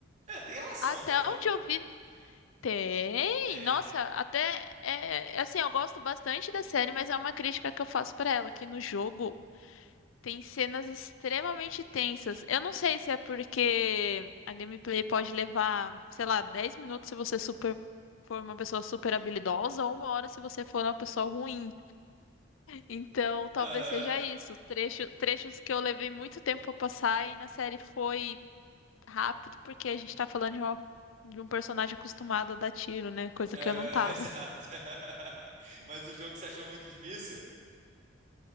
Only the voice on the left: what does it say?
até
onde
eu vi tem.
Nossa, até é é assim, eu gosto bastante da série, mas é uma crítica que eu faço pra ela, que no jogo Tem cenas extremamente tensas. Eu não sei se é porque a gameplay pode levar, sei lá, 10 minutos se você super for uma pessoa super habilidosa ou uma hora se você for uma pessoa ruim. Então, talvez
seja isso. Trecho, trechos que eu levei muito tempo pra passar e na série foi rápido porque a gente tá falando de uma- de um personagem acostumado a dar tiro, né? Coisa
que eu não tava.